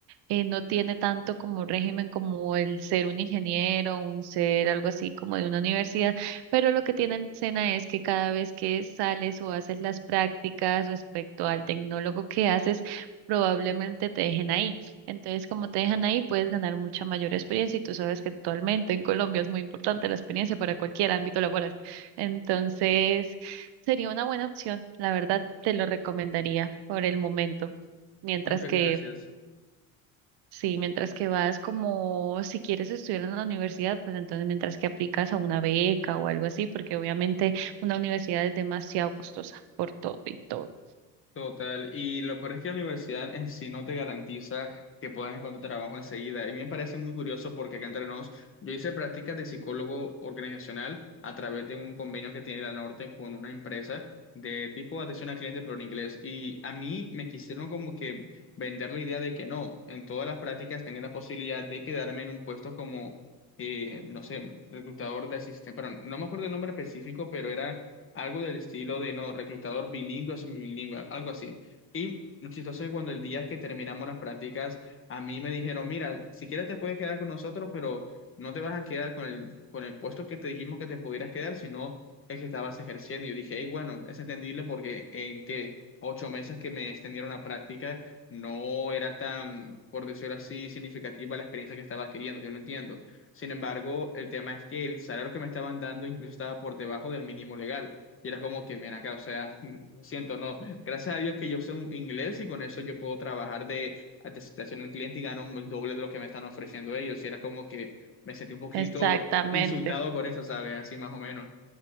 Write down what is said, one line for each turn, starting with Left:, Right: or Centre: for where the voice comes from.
Right: eh, no tiene tanto como régimen como el ser un ingeniero, un ser algo así como de una universidad, pero lo que tiene en Sena es que cada vez que sales o haces las prácticas respecto al tecnólogo que haces, probablemente te dejen ahí. Entonces, como te dejan ahí, puedes ganar mucha mayor experiencia y tú sabes que actualmente en Colombia es muy importante la experiencia para cualquier ámbito laboral. Entonces... Sería una buena opción, la verdad te lo recomendaría por el momento. Mientras
Left: Muchas
Right: que,
Left: gracias.
Right: sí, mientras que vas como si quieres estudiar en la universidad, pues entonces mientras que aplicas a una beca o algo así, porque obviamente una universidad es demasiado costosa por todo y todo.
Left: Total, y lo peor es que la universidad en sí no te garantiza que puedas encontrar trabajo enseguida. Y me parece muy curioso porque acá entre nos, yo hice prácticas de psicólogo organizacional a través de un convenio que tiene la Norte con una empresa de tipo atención al cliente, pero en inglés. Y a mí me quisieron como que vender la idea de que no, en todas las prácticas tenía la posibilidad de quedarme en un puesto como, eh, no sé, reclutador de asistente, pero no me acuerdo el nombre específico, pero era algo del estilo de no, reclutador bilingüe o semibilingüe, algo así. Y lo chistoso es cuando el día que terminamos las prácticas, a mí me dijeron, mira, si quieres te puedes quedar con nosotros, pero no te vas a quedar con el, con el puesto que te dijimos que te pudieras quedar, sino el que estabas ejerciendo. Y yo dije, hey, bueno, es entendible porque en que ocho meses que me extendieron la práctica, no era tan, por decirlo así, significativa la experiencia que estaba adquiriendo, yo lo entiendo. Sin embargo, el tema es que el salario que me estaban dando incluso estaba por debajo del mínimo legal. Y era como que, ven acá, o sea, <laughs> lo siento, no. Gracias a Dios que yo sé un inglés y con eso yo puedo trabajar de atención al cliente y gano el doble de lo que me están ofreciendo ellos. Y era como que me sentí un poquito
Right: Exactamente.
Left: insultado con eso, ¿sabes? Así más o menos.